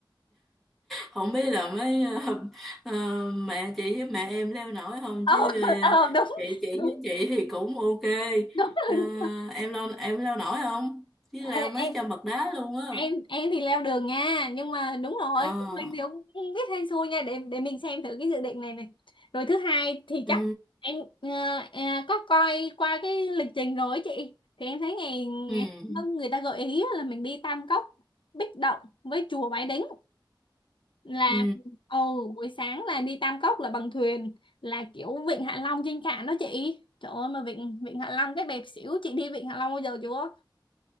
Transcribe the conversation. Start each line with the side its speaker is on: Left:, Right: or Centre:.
Centre: Không biết là mấy ờ, <laughs> ờ, mẹ chị với mẹ em leo nổi không
Left: ờ
Centre: chứ
Left: <laughs>
Centre: ờ,
Left: ờ đúng
Centre: chị chị
Left: đúng
Centre: với chị thì cũng ok.
Left: đúng, rồi,
Centre: Ờ,
Left: đúng. rồi.
Centre: em leo em leo nổi không? Chứ leo
Left: Ê,
Centre: mấy
Left: em
Centre: trăm bậc đá luôn á.
Left: em em thì leo đường nha nhưng mà đúng rồi
Centre: Ờ.
Left: phụ huynh thì cũng không biết hay xui nha để để mình xem thử cái dự định này này rồi thứ hai thì
Centre: Ừ.
Left: chắc em ờ, ờ, có coi qua cái lịch trình rồi ấy chị thì em thấy ngày, ngày
Centre: Ừ.
Left: người ta gợi ý là mình đi Tam Cốc Bích Động với chùa Bái Đính là
Centre: Ừ.
Left: ồ buổi sáng là đi Tam Cốc là bằng thuyền là kiểu vịnh Hạ Long trên cạn đó chị trời ơi mà vịnh vịnh Hạ Long cái đẹp xỉu chị đi vịnh Hạ Long bao giờ chưa